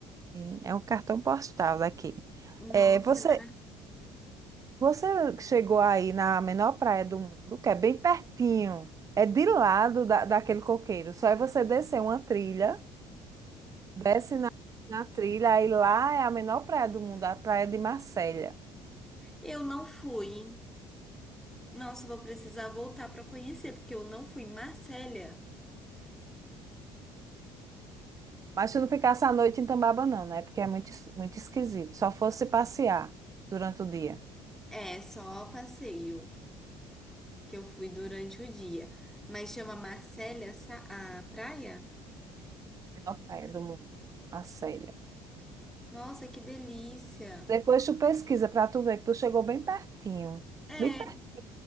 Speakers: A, on the right (about 25°); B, in the centre.
A: Sim, é um cartão postal daqui.
B: Nossa,
A: É, você
B: é maravilhoso.
A: Você chegou aí na menor praia do mundo, que é bem pertinho, é de lado da, daquele coqueiro. Só é você descer uma trilha, desce na, na trilha, aí lá é a menor praia do mundo, a praia de Marselha.
B: Eu não fui, hein? Nossa, eu vou precisar voltar para conhecer, porque eu não fui. Marcélia,
A: Mas se não ficasse a noite em Tambaba, não, né? Porque é muito, es- muito esquisito. Só fosse passear durante o dia.
B: é só passeio. que eu fui durante o dia. Mas chama Marcélia Sa- a praia?
A: Menor praia do mundo, Marselha.
B: Nossa, que delícia!
A: Depois tu pesquisa pra tu ver que tu chegou bem pertinho.
B: É,
A: Bem pertinho.